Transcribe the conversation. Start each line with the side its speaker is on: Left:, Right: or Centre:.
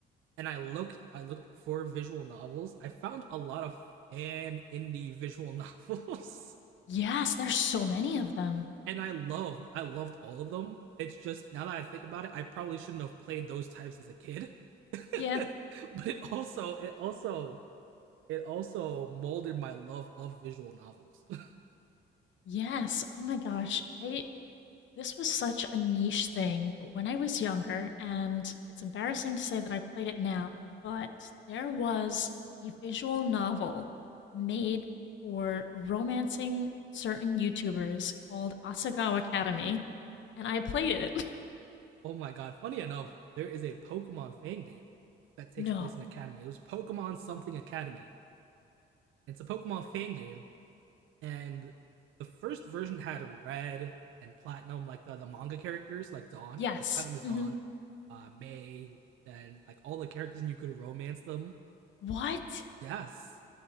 Right: and I looked I looked for visual novels, I found a lot of fan indie visual novels. <laughs>
Left: Yes, there's so many of them.
Right: and I loved I loved all of them. It's just now that I think about it, I probably shouldn't have played those types as a kid. <laughs>
Left: Yeah,
Right: but it also it also it also molded my love of visual novels. <laughs>
Left: Yes. Oh my gosh. I this was such a niche thing, but when I was younger, and it's embarrassing to say that I played it now, but there was a visual novel made for romancing certain YouTubers called Asagawa Academy, and I played it. <laughs>
Right: oh my god, funny enough, there is a Pokemon fan game that takes
Left: No.
Right: place in Academy. It was Pokemon something Academy. It's a Pokemon fan game and the first version had red and platinum, like the, the manga characters, like Dawn,
Left: Yes.
Right: like platinum is
Left: hmm
Right: Dawn, uh, May, and like all the characters, and you could romance them.
Left: What?
Right: Yes,